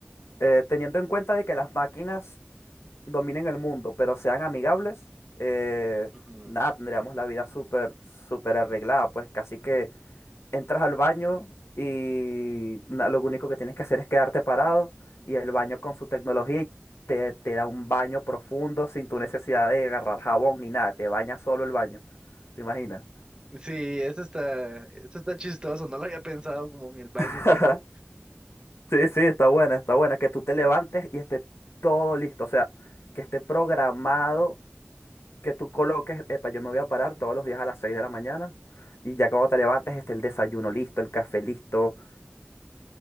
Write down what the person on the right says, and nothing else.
Ujú.
Sí, eso está, eso está chistoso, no lo había pensado como en el baño
también.
Ujú.